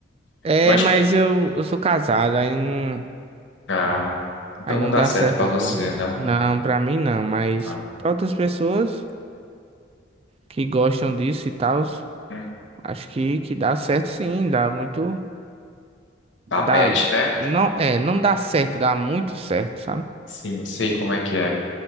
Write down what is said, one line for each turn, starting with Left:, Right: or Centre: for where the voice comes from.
Right: É,
Left: Gosto.
Right: mas eu, eu sou casado, aí não,
Left: Ah, então
Right: aí
Left: não
Right: não
Left: dá
Right: dá
Left: certo
Right: certo,
Left: pra você,
Right: não.
Left: não,
Right: Não,
Left: né?
Right: pra mim não, mas
Left: Ah,
Right: pra outras pessoas que gostam disso e tal,
Left: hum,
Right: acho que, que dá certo sim, dá muito. Dá,
Left: a match, né?
Right: não, é, não dá certo, dá muito certo, sabe?
Left: Sim, sei como é que é.